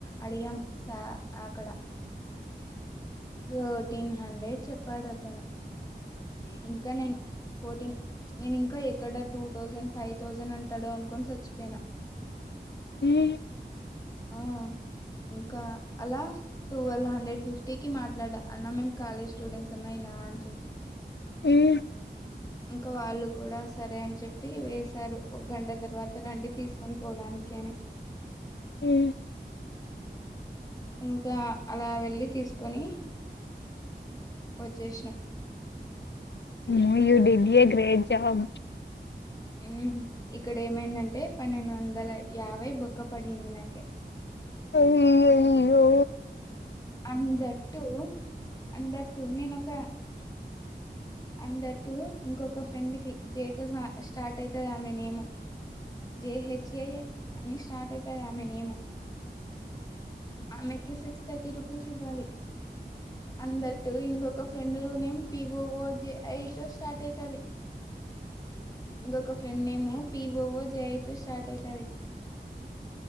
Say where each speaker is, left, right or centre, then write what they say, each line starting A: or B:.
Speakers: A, on the left (about 20°); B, on the left (about 85°).
A: అడిగాం సా అక్కడ ఫోర్టీన్ హండ్రెడ్ చెప్పాడు అతను ఇంకా నేను ఫోర్టీన్ నేను ఇంకా ఎక్కడ టూ థౌసండ్ ఫైవ్ థౌసండ్ అంటాడో అనుకోని చచ్చిపోయినా
B: ఉమ్
A: ఆ ఇంకా అలా టువెల్వ్ హండ్రెడ్ ఫిఫ్టీ కి మాట్లాడ అన్నా మేము కాలేజ్ స్టూడెంట్స్ అన్నా ఇలా అని చెప్పి
B: ఉమ్
A: ఇంకా వాళ్ళు కూడా సరే అని చెప్పి వేశారు ఒక గంట తర్వాత రండి తీసుకు తీసుకొని పోవడానికి
B: ఉమ్
A: ఇంకా అలా వెళ్ళి తీసుకొని వచ్చేసినం
B: new you did a great job
A: ఉమ్ ఇక్కడ ఏమైందంటే పన్నెండు వందల యాభై బోక్క పడింది నాకే
B: అయ్యయ్యో
A: ఆన్ ధటు ఆన్ ధటు నేనొక
B: అ
A: ఆన్ ధటు ఇంకొక ఫ్రెండ్ కి జై తో స్టార్ట్ అవుతుది ఆమె నేము జేహెచ్ఏ అని స్టార్ట్ అయితది ఆమె నేమ్ ఆమెకి సిక్స్ థర్టీ రుపీస్ ఇవ్వాలి ఆన్ దట్టు ఇంకొక ఫ్రెండ్ నేమ్ పివోవో జై ఐ తో స్టార్ట్ అవుతది ఇంకొక ఫ్రెండ్ నేము పివఓ జే ఐ తో స్టార్ట్ అయితాది